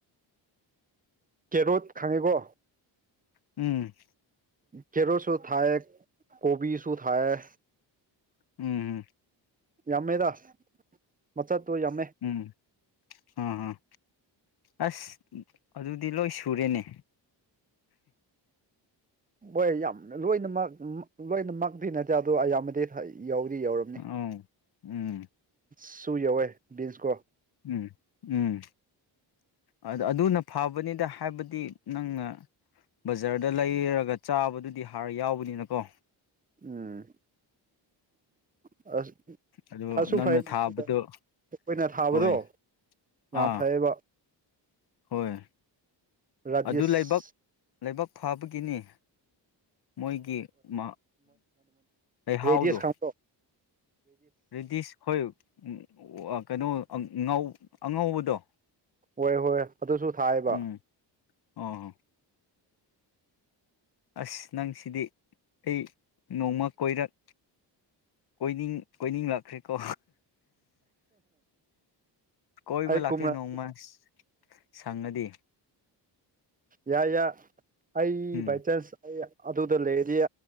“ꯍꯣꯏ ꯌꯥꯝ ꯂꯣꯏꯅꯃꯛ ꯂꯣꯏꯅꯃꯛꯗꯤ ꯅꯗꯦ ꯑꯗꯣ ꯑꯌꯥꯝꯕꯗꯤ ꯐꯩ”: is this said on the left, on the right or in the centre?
Right